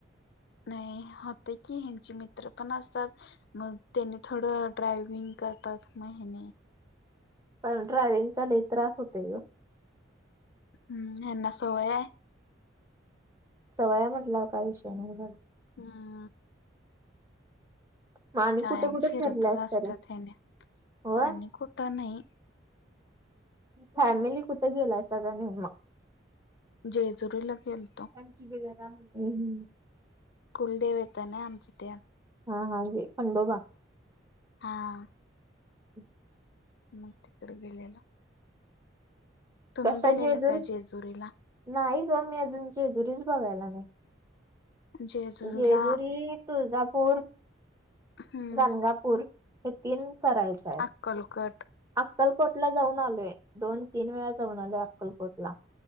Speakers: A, on the left; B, on the right.
A: नाही, होतंय की. ह्यांचे मित्र पण असतात. मग त्यानी थोडावेळ ड्रायविंग करतात म हिने.
B: ह ड्रायविंगचा लय त्रास होते ग
A: हम्म ह्याना सवय आहे
B: सवय हाय म्हटला का विषय नाही
A: हम्
B: मग आणि
A: कायम
B: कुठे कुठे
A: फिरत
B: फिरल्यास
A: असतात
B: तरी
A: ह्यांनी
B: होय
A: आणि कुठं नाही
B: फॅमिली कुठे गेलाय सगळ घेऊन मग
A: जेजुरीला गेलतो.
B: त्यांची जगरा <unintelligible> म्हण
A: कुलदेवत आहे ना आमच्या ते
B: हा हा म्हणजे खंडोबा
A: हां
B: हम् <unintelligible>
A: मग तिकडे गेलेलो तुम्ही
B: कसा
A: गेलेला
B: जेजुरी
A: का जेजुरीला
B: नाही ग मी अजून जेजुरीच बघायला नाही
A: जेजुरीला
B: जेजुरी तुळजापूर
A: हम्म
B: गाणगापूर पूर हे तीन करायच आहेत
A: अक्कलकट
B: अक्कलकोट ला जाऊन आलोय दोन तीन वेळा जाऊन आले अक्कलकोटला